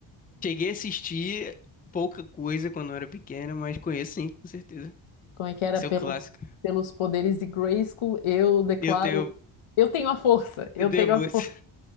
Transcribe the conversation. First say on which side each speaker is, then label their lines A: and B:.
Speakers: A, on the left; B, on the left.
A: Cheguei a assistir pouca coisa quando eu era pequeno, mas conheço sim, com certeza.
B: Como é que era
A: Esse
B: pelos,
A: é o clássico.
B: pelos poderes de Grayskull? Eu declaro.
A: Eu tenho,
B: Eu tenho a força, eu
A: eu devo
B: tenho a
A: esse,
B: força.